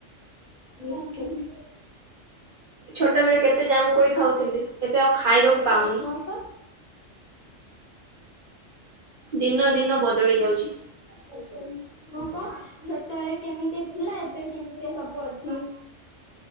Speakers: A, on the left; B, on the right.
A: ନି <unintelligible>
B: ଛୋଟବେେଳେ କେତେ ଜାମୁ କୋଳି ଖାଉଥିଲି ଏବେ ଆଉ ଖାଇବାକୁ
A: ଏ
B: ପାଉନି
A: ତୁସ <unintelligible>
B: ଦିନ ଦିନ ବଦଳି ଯାଉଛି।
A: ହଁ ପା ସେତେବେଳେ କେମିତି ଥିଲା, ଏବେ କେମିତି ସବୁ ଅଛି।